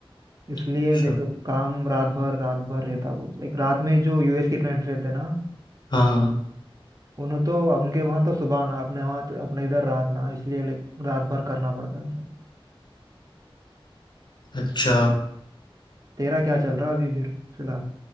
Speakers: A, on the right (about 40°); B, on the left (about 50°).
A: इसलिए
B: अच्छा
A: देख काम रात भर रात भर रहता बहुत लाइक रात में जो यूएस के क्लाइंट्स रहते ना
B: हाँ
A: उन्हों तो उनके वहाँ तो सुबह ना अपने वहाँ तो अपने इधर रात ना इसलिए लाइक रात भर करना पड़ता है सब
B: अच्छा
A: तेरा क्या चल रहा है अभी फिर फिलहाल